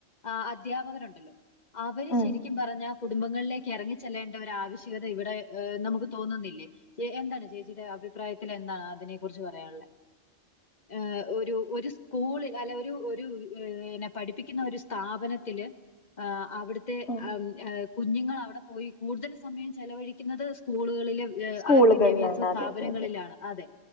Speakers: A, on the left; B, on the left.
A: ആഹ് അധ്യാപകരുണ്ടല്ലോ അവര്
B: ഉം
A: ശരി രിക്കും പറഞ്ഞ കുടുംബങ്ങളിലേക്ക് എറങ്ങി ചെല്ലേണ്ട ഒരു ആവശ്യകത ഇവടെ ഹേ നമക്ക് തോന്നുന്നില്ലേ. എന്താണ് ചേച്ചിയുടെ അഭിപ്രായത്തിൽ എന്താണ് അതിനെ കുറിച്ച് പറയാൻള്ളെ? ഏഹ് ഒരു ഒര് സ്കൂള് അല്ലെ ഒരു ഒരു ഇന പഠിപ്പിക്കുന്ന ഒരു സ്ഥാപനത്തില് ഹേ അവിടത്തെ
B: ഉം
A: ഹേം കുഞ്ഞുങ്ങൾ അവിടെ പോയി കൂടുതൽ സമയം ചെലവഴിക്കുന്നത് സ്കൂളുകളിലെ ഏഹ്
B: സ്കൂളുകളിലാണ്
A: ആഹ് വിദ്യാഭ്യാസ സ്ഥാപനങ്ങളിലാണ്
B: അതെ അതെ അതെ
A: അതെ